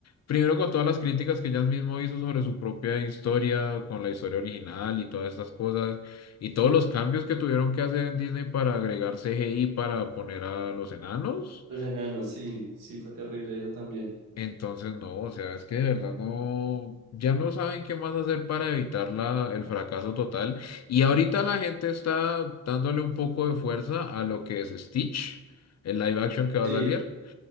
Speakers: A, on the left; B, on the right.
A: primero con todas las críticas que ella mismo hizo sobre su propia historia, con la historia original y todas estas cosas, y todos los cambios que tuvieron que hacer en Disney para agregar CGI para poner a los enanos.
B: Los enanos, sí, sí, fue terrible eso también.
A: Entonces, no, o sea, es que de verdad no, ya no saben qué más hacer para evitar la, el fracaso total. Y ahorita la gente está dándole un poco de fuerza a lo que es Stitch, el live action que va
B: Sí,
A: a salir.